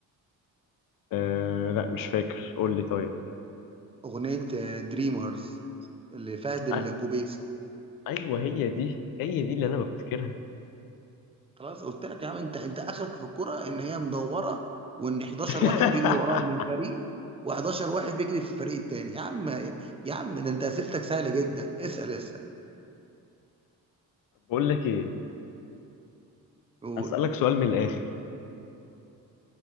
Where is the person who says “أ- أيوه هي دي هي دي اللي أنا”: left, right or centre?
Left